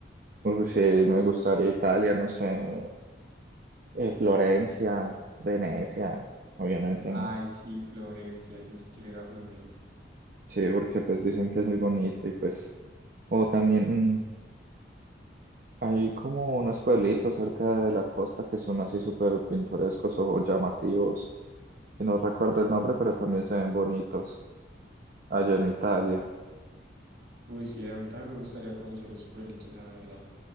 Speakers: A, on the right; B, on the right.
A: Uy, pues, sí, me gustaría Italia, no sé, eh, Florencia, Venecia, obviamente,
B: Ay,
A: ¿no?
B: sí, Florencia, yo sí quiero ir a Florencia.
A: Sí, porque pues dicen que es muy bonito y pues, o también mm, hay como unos pueblitos cerca de la costa que son así súper pintorescos o llamativos, y no recuerdo el nombre, pero también se ven bonitos allá en Italia.
B: Sí. Uy, sí, a mí también me gustaría conocer esos pueblitos, la verdad.